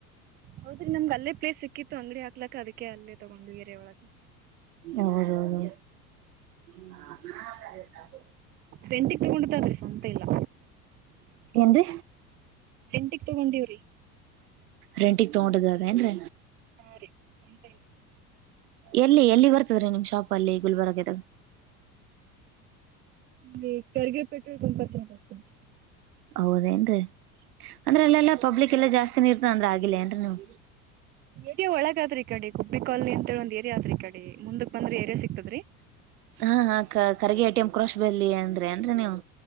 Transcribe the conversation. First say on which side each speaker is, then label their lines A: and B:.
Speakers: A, on the right; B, on the right.
A: ಹೌದ್ರಿ ನಮ್ ಅಲ್ಲೇ ಪ್ಲೇಸ್ ಸಿಕ್ಕಿತ್ತು ಅಂಗಡಿ ಹಾಕ್ಲಕ್ಕ ಅದಕ್ಕೆ ಅಲ್ಲೇ ತಗೊಂಡು ಏರಿಯಾಹೊಳಗೆ.
B: ಹೌದೌದು <unintelligible> <unintelligible>
A: ರೆಂಟಿಗ್ ತಗೊಂಡಿದ್ದಾರಿ ಸ್ವಂತ ಇಲ್ಲ.
B: ಎಂದ್ರಿ
A: ರೆಂಟಿಗ್ ತಗೊಂಡಿವ್ರಿ.
B: ರೆಂಟಿಗೆ ತಗೊಂಡಿದ್ದರೆಂದ್ರಿ?
A: ಹಾ ರೀ <unintelligible>
B: ಎಲ್ಲಿ ಎಲ್ಲಿ ಬರ್ತದ್ರೀ ನಿಮ್ ಶಾಪ್ ಅಲ್ಲಿ ಗುಲ್ಬರ್ಗದು?
A: ಇಲ್ಲಿ <unintelligible> ಪೆಟ್ರೋಲ್ ಬಂಕ್ ಅತ್ರ ಬರ್ತೀನಿ.
B: ಹೌದೇಏನ್ರೀ ಅಂದ್ರ ಅಲ್ಲೆಲ್ಲಾ ಪಬ್ಲಿಕ್ ಎಲ್ಲಾ ಜಾಸ್ತಿನ ಇರ್ತ ಅಂದ್ರ ಆಗಿಲ್ಲ ಏನ್ರೀ ನೀವು
A: ಏರಿಯಾ ಒಳಗಾದ್ರ ಈ ಕಡೆ ಗುಬ್ಬಿ ಕಾಲನಿ ಅಂತಿ ಒಂದ ಏರಿಯಾದ ಆದ್ರಿ ಈ ಕಡೆ ಮುಂದಕ್ ಬಂದ್ರೆ ಏರಿಯಾ ಸಿಕ್ತದ್ರೀ
B: ಹಾ ಹಾ Kharge A T M crash ಬೆಲ್ಲಿ ಅಂದ್ರೆ ಅಂದ್ರೆ ನೀವು